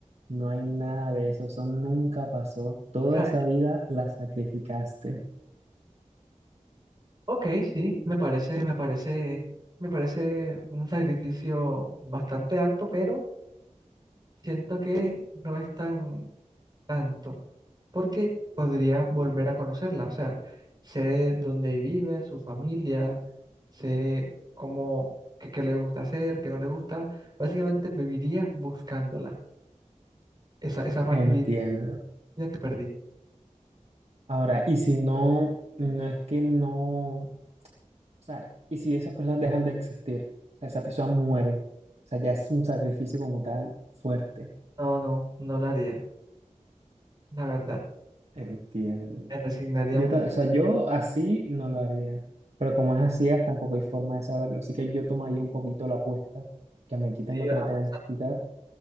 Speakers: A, on the right (about 55°); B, on the right (about 35°).
A: no hay nada de eso, eso nunca pasó. Toda
B: sea,
A: esa vida la sacrificaste.
B: ok, sí, me parece, me parece, me parece un sacrificio bastante alto, pero siento que no es tan tanto. porque podría volver a conocerla. O sea, sé dónde vive, su familia, sé cómo, qué, qué le gusta hacer, qué no le gusta. Básicamente viviría buscándola. Esa, esa parte
A: Entiendo.
B: de mi vida que perdí.
A: Ahora, y si no, no es que no, o sea, y si esas personas dejan de existir, o sea, esas personas mueren, o sea, ya es un sacrificio como tal fuerte.
B: No, no, no la haría, la verdad.
A: Entiendo.
B: Me resignaría
A: Yo,
B: muchísimo.
A: ta- o sea, yo así no lo haría, pero como es así, ah, tampoco hay forma de saberlo, así que yo tomaría un poquito la apuesta, que me quiten
B: Sí,
A: lo
B: ajá,
A: que me tengan
B: exacto,
A: que quitar